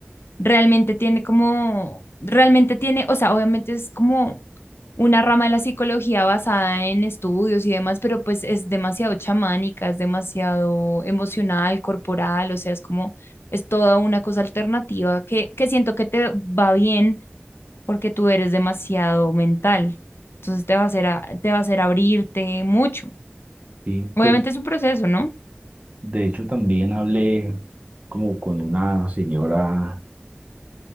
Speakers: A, on the left; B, on the right.
A: realmente tiene como, realmente tiene, o sea, obviamente es como una rama de la psicología basada en estudios y demás, pero pues es demasiado chamánica, es demasiado emocional, corporal, o sea, es como, es toda una cosa alternativa que, que siento que te va bien porque tú eres demasiado mental. Entonces te va a hacer, a- te va a hacer abrirte mucho.
B: Sí,
A: Obviamente
B: pues
A: es un proceso, ¿no?
B: De hecho, también hablé como con una señora